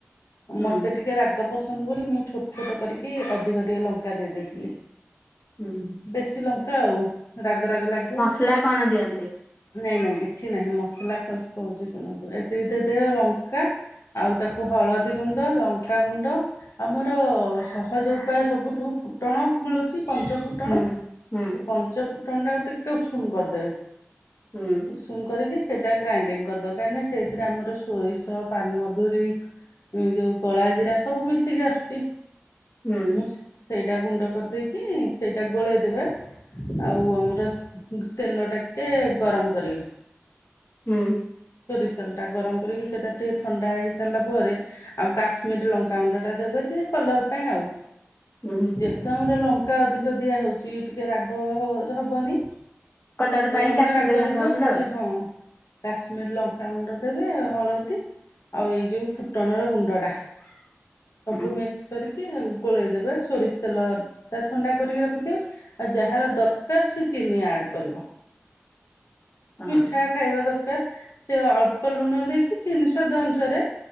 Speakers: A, on the left (about 80°); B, on the left (about 40°).
A: <unintelligible>
B: ହୁଁ
A: ମୋତେ ଟିକେ ରାଗ ପସନ୍ଦ ବୋଲି ମୁଁ ଛୋଟ ଛୋଟ କରିକି ଅଧିକ ଟିକେ ଲଙ୍କା ଦେଇ ଦେଇେଇଥିଲି।
B: ହୁଁ
A: ବେଶୀ ଲଙ୍କା ଆଉ ରାଗ ରାଗ ଲାଗିବ।
B: ପା କଣ ଦିଅନ୍ତି।
A: ନାଇଁ ନାଇଁ କିଛି ନାହିଁ ମସଲା କହୁଛି ଶୁଣନ୍ତୁ ଏତିକି ଦେ ଲଙ୍କା ଆଉ ତାକୁ ହଳଦୀ ଗୁଣ୍ଡ ଲଙ୍କାଗୁଣ୍ଡ ଆମର ସହଜ ଉପାୟ ସବୁଠୁ ଫୁଟଣ ମିଳୁଛି ପଞ୍ଚ ଫୁଟଣ
B: ହୁଁ
A: ସେ
B: ହୁଁ
A: ପଞ୍ଚ ଫୁଟଣଟା ଆଉ ଟିକେ ଉଷୁମ କରିଦେବେ।
B: ହୁଁ।
A: ଉଷୁମ କରିକି ସେଇଟା ଗ୍ରାଇଣ୍ଡିଙ୍ଗ କରିଦେଉ କାହିଁକିନା ସେଥିରେ ଆମର ସୋରିଷ ପାନମଧୁରୀ ଯୋଉ କଳା ଜିରା ସବୁ ମିଶିକି ଆସୁଛି
B: ହୁଁ
A: ମୁଁ ସେଇଟା ଗୁଣ୍ଡ କରିଦେଇକି ସେଇଟା ଗୋଳେଇଦବେ। ଆଉ ଆମର ତେଲ ଟା ଟିକେ ଗରମ କରିବେ।
B: ହୁଁ।
A: ସୋରିଷ ତେଲଟା ଗରମ କରିକି ସେଇଟା ଟିକଏ ଥଣ୍ଡା ହେଇସାରିଲା ପରେ ଆଉ କାଶ୍ମୀରରେ ଲଙ୍କାଣ୍ଡା ଟା ଦେବେ ଟିକେ କଲର ପାଇଁ ଆଉ।
B: ହୁଁ।
A: ଯେହେତୁ ଆମର ଲଙ୍କା ଅଧିକ ଦିଆହଉଛି ଟିକେ ରାଗ ହବନି।
B: କଲର ପାଇଁ
A: ମାନେ
B: କାଶ
A: ରାଗ
B: ଲଙ୍କା
A: ହେଇଥିବ
B: ଭଲ
A: ଖାଲି
B: ଆଉ।
A: ହଁ କାଶ୍ମୀର ଲଙ୍କାଗୁଣ୍ଡ ଦେବେ ହଳଦୀ ଆଉ ଏଇ ଯୋଉ ଫୁଟଣ ର ଗୁଣ୍ଡ ଟା ସବୁ
B: ହୁଁ
A: ମିକ୍ସ କରିକି ଗୋଳେଇଦବେ ସୋରିଷ ତେଲ ଟା ଥଣ୍ଡା କରିକି ରଖିଥିବେ। ଆଉ ଯାହାର ଦରକାର ସେ ଚିନି ଆଡ କରିବ।
B: ହଁ
A: ମିଠା ଖାଇବା ଦରକାର ସେ ଅଳ୍ପ ଲୁଣ ଦେଇକି ଜିନି ସାଦ ଅନୁସାରେ।